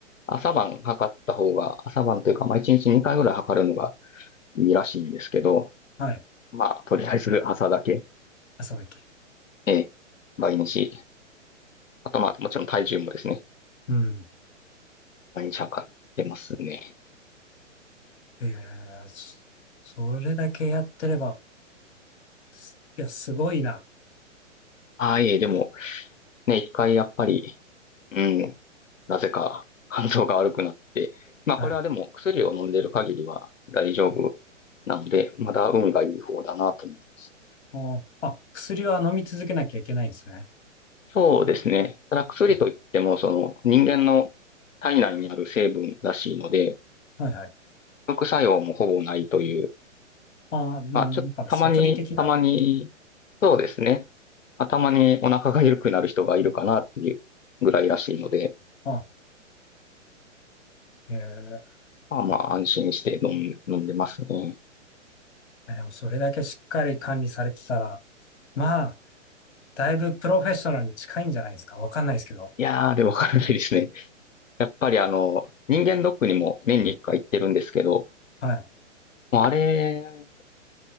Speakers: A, on the left; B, on the left.
A: 朝晩測った方が、朝晩というか、まあ、1日2回ぐらい測るのがいいらしいんですけど、
B: はい。
A: まあ、とりあえず朝だけ、
B: 朝だけ。
A: ええ、毎日。あとまあ、もちろん体重もですね、
B: うん。
A: 毎日測ってますね。
B: えー、そそれだけやってれば、すいや、すごいな。
A: ああ、いえ、でも、ね、一回やっぱり、うん、なぜか肝臓が悪くなって、まあこれはでも薬を飲んでる限りは大丈夫なので、
B: はい。
A: まだ運がいい方だなと思います。
B: お、あ、薬は飲み続けなきゃいけないんですね。
A: そうですね。ただ薬といっても、
B: あ
A: その人間の体内にある成分らしいので、
B: はいはい。
A: 副作用もほぼないという。
B: あ、まあなんかサプリ的な。
A: まあ、ちょっとたまに、たまに、そうですね。まあ、たまにお腹が緩くなる人がいるかなっていうぐらいらしいので、
B: あ、えー、
A: まあまあ安心して飲ん、飲んでますね。
B: えでもそれだけしっかり管理されてたら、まあ、だいぶプロフェッショナルに近いんじゃないですか。わかんないですけど。
A: いやー、でもかなりですね。やっぱりあの、人間ドックにも年に1回行ってるんですけど、
B: はい。
A: もうあれ